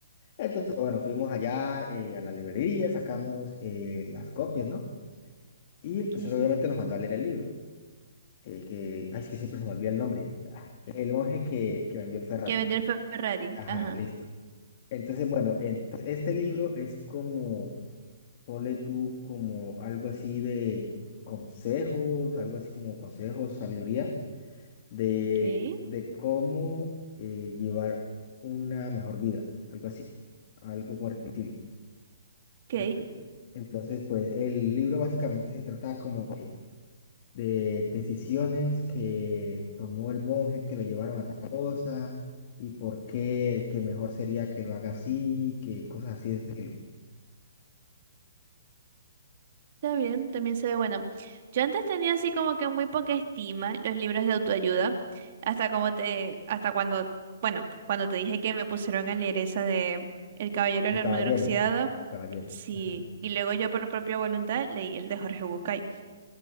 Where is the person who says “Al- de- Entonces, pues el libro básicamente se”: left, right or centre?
Left